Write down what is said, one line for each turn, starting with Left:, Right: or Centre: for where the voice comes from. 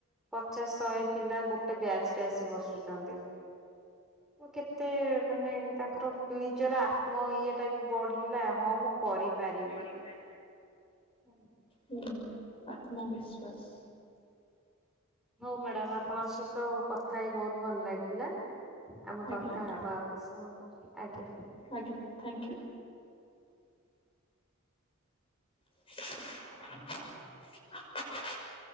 Centre: ପଚାଶ ଶହେ ପିଲା ଗୋଟେ ବ୍ୟାଚ୍ ରେ ଆସି ବସୁଛନ୍ତି। ମୁଁ କେତେ ମାନେ ତାଙ୍କର ନିଜର ଆତ୍ମ ଇଏ ଟା ବି ବଢିଲା ହଁ ମୁଁ କରିପାରି
Left: କରି ପା
Centre: ହଁ।
Left: ହୁଁ ଆତ୍ମବିଶ୍ୱାସ୍।
Centre: ହଉ ମ୍ୟାଡ଼ାମା ଆ ଆପଣଙ୍କ ସହିତ କଥା ହେଇ ବୋହୁତ୍ ଭଲ ଲାଗିଲା ଆମେ କଥା
Left: ଆଜ୍ଞା
Centre: ହବା ଆଉ କିଛି ସମୟ ପରେ। ଆଜ୍ଞା।
Left: ଆଜ୍ଞା ଥାଇଙ୍କ୍ୟୁ। <inaudible>